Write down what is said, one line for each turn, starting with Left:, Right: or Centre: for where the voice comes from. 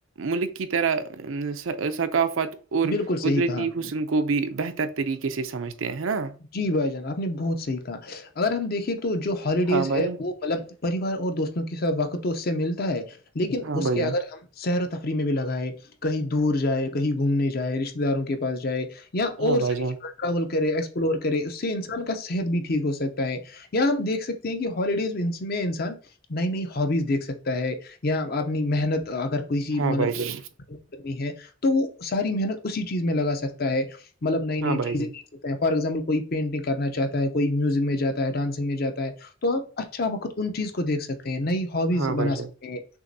Right: ملک کی طرح ثقافت اور
Left: بالکل صحیح
Right: قدرتی
Left: کہا آپ نے
Right: حسن کو بھی بہتر طریقے سے سمجھتے ہیں نا
Left: جی بھائی جان آپ نے بہت صحیح کہا اگر ہم دیکھیں تو جو ہالیڈیز
Right: ہاں بھائی
Left: ہے وہ مطلب پریوار اور دوستوں کے ساتھ وقت تو اس سے ملتا ہے لیکن
Right: ہاں
Left: اس
Right: بھائی
Left: کے
Right: جان
Left: اگر ہم سیر و تفریح میں بھی لگائے کہیں دور جائے کہیں گھومنے جائے رشتے داروں کے پاس جائے یا
Right: ہاں
Left: اور
Right: بھائی
Left: ساری
Right: جان
Left: جگہ ٹریول کرے ایکسپ فلور کرے اس سے انسان کا صحت بھی ٹھیک ہو سکتا ہے یہاں ہم دیکھ سکتے ہیں کہ ہالیڈیز میں انسان نئی نئی ہبیز دیکھ سکتا ہے یا اپنی محنت اگر کوئی سی
Right: ہاں
Left: مطلب
Right: بھائی جان
Left: کر ہے تو وہ ساری محنت اسی چیز میں لگا سکتا ہے مطلب نئی نئی
Right: ہاں بھائی
Left: چیزیںتا
Right: جان
Left: ہیں فار ایگزامپل کوئی پینٹنگ کرنا چاہتا ہے کوئی میوزک میں جات ہے ڈانسنگ میں جاتا ہے تو آپ اچھا وقت ان چیز کو دیکھ سکتے ہیں نئی ہو ہبیز
Right: ہاں بھائی
Left: بنا سکتے
Right: جان